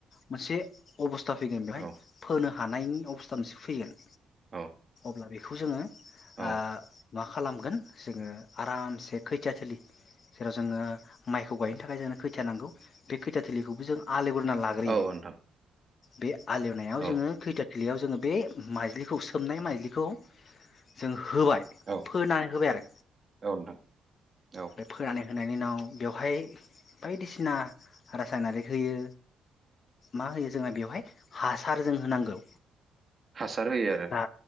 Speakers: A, on the left (about 50°); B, on the right (about 30°).
A: मोनसे अबस था फैगोन बेहाय
B: औ
A: फोनो हानायनि अबस्था मोनसे फैगोन।
B: औ
A: अब्ला बेखौ जोङो
B: औ
A: ओ मा खालामगोन जोङो आरामसे खोथिया थिलि जेराव जोङो माइखौ गायनो थाखाय जोंनो खोथिया नांगौ बे खोथिया थिलिखौबो जों आलेव ना लाग्रोयो।
B: औ नोंथां
A: बे आलेवनायाव
B: औ
A: जोङो खोथिया थिलियाव जोङो बे माइज्लिखौ सोमनाय माइज्लि खौ जों होबाय
B: औ
A: फोनानै होबाय आरो
B: औ नोंथां औ
A: फाय फोनानै होनायनि उनाव बेवहाय बायदिसिना रासायनारिक होयो मा होयो जोंहा बेवहाय हासार जों होनांगौ।
B: हासार होयो आरो
A: दा